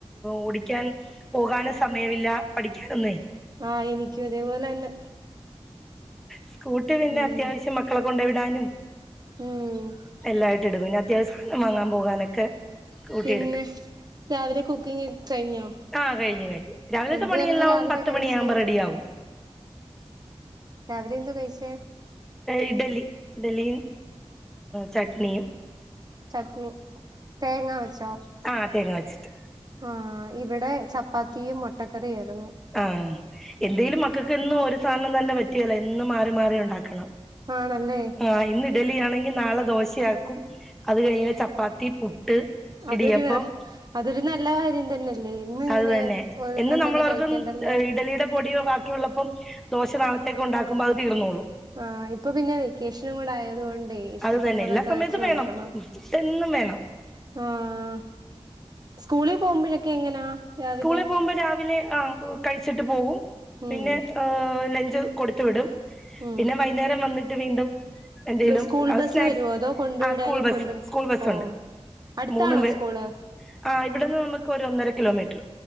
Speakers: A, in the centre; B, on the right (about 35°).
A: ഓടി ക്കാൻ പോകാനും സമയമില്ല പഠിക്കാനൊന്നേ
B: ആഹ് എനിക്കും അതേപോലെന്നെ
A: സ്കൂട്ടി പിന്നെ
B: ഉം
A: അത്യാവശ്യം മക്കളെകൊണ്ടേ വിടാനും
B: ഉം
A: ല്ലായിട്ട് എടുക്കും ഇനി അത്യാവശ്യം സാനം വാങ്ങൻ പോകാനൊക്കെ സ്കൂട്ടി
B: പിന്നെ
A: എടുക്കും
B: രാവിലെ കുക്കിങ് ഒക്കെ കഴിഞ്ഞോ
A: ആ കഴിഞ്ഞു കഴിഞ്ഞു രാവിലത്തെ
B: എന്തുവാരുന്നു
A: പണിയെല്ലാം
B: രാവിലെ
A: പത്ത്
B: കഴിച്ചേ
A: മണിയാവുമ്പം റെഡിയാവും
B: രാവിലെ എന്താ കഴിച്ചേ
A: ഇഡ്ഡലി ഇഡ്ഡലിം ചട്നിയും
B: ചട്നി തേങ്ങാ വെച്ചോ
A: ആഹ് തേങ്ങവെച്ചിട്ട്
B: ആഹ് ഇവിടെ ചപ്പാത്തിയും മുട്ടക്കറി ആയിരുന്നു
A: ആഹ് എന്തേലും മക്കകെന്നും ഒരു സാധനം തന്നെ പറ്റിയേല്ല എന്നും മാറി മാറി ഉണ്ടാക്കണം
B: ആണല്ലേ
A: ആഹ് ഇന്ന് ഇഡലി ആണെങ്കി നാളെ ദോശയാക്കും അത് കഴിഞ്ഞ് ചപ്പാത്തി പുട്ട്
B: അതൊരു
A: ഇടിയപ്പം
B: വ അതൊരു നല്ല കാര്യം തന്നെ എന്നും ഇങ്ങനെ
A: അത് തന്നെ
B: ഒരെണ്ണം
A: എന്നും നമ്മളോർക്കും
B: കഴിക്കേണ്ടല്ലേ
A: ഇഡലിയുടെ പൊടിയോ ബാക്കിയൊള്ളപ്പം ദോശ നാളത്തേക്ക് ഉണ്ടാക്കുമ്പോ അത് തീർന്നോളും
B: ആഹ് ഇപ്പൊ പിന്നെ വെക്കേഷനും കൂടെ ആയത് കൊണ്ടേ ഇഷ്ടപ്പെട്ടതൊക്കെ
A: അത് തന്നെ എല്ലാ സമയത്തും
B: വെച്ച് കൊടുക്കണം
A: വേണം എന്നും വേണം
B: ആഹ് സ്കൂളിൽ പോവുമ്പഴൊക്കെ എങ്ങനാ രാവിലെ
A: സ്കൂളിൽ പോകുമ്പോ രാവിലെ ആ കഴിച്ചിട്ട് പോകും പിന്നെ
B: ഉം
A: ഏ ലഞ്ച് കൊടുത്തു വിടും
B: ഉം
A: പിന്നെ വൈന്നേരം വന്നിട്ട് വീണ്ടും എന്തേലും
B: സ്കൂൾ
A: അത്
B: ബസ്സ്
A: സ്നാക്സ്
B: വരുവോ അതോ കൊണ്ടു
A: ആ
B: വിടാനും
A: സ്കൂൾ ബസ്സ്
B: കൊണ്ട്
A: സ്കൂൾ ബസ്സുണ്ട്
B: ഓ അടുത്താണോ
A: മൂന്ന് പേ
B: സ്കൂള്
A: ആ ഇവിടുന്ന് നമുക്ക് ഒരു ഒന്നര കിലോമീറ്റർ